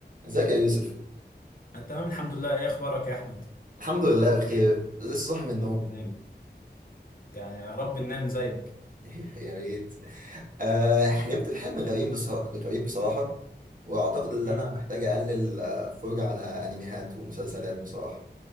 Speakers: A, on the right; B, on the left.
A: ازيك يا يوسف
B: أنا تمام الحمد لله إيه أخبارك يا أحمد؟
A: الحمد لله بخير لسه صاحي من النوم
B: رب دايما يعني يا رب ننام زيك
A: <laughs> يا ريت أه حلمت بحلم غريب بصراحة غريب بصراحة واعتقد ان
B: مم.
A: انا محتاج اقلل آه، فرجة على انميات ومسلسلات بصراحة